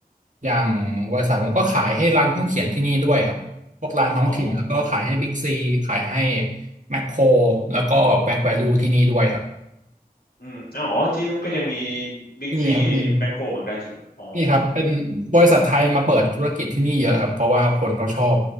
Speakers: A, on the right; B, on the left.
A: อย่างบริษัทผมก็ขายให้ร้านเครื่องเขียนที่นี่ด้วยครับพวกร้านท้องถิ่นแล้วก็ขายให้บิ๊กซีขายให้
B: อ๋อ
A: แมคโครแล้วก็แบ็คแวลูที่นี่ด้วยครับ
B: อืมอ๋ออ๋อที่นู่นก็ยังมีบิ๊กซี
A: มีครับมี
B: แมคโครเหมือนกันใช่ไหมอ๋อ
A: มีครับเป็นบริษัทไทยมาเปิดธุรกิจที่นี่เยอะครับเพราะว่าคนเขาชอบ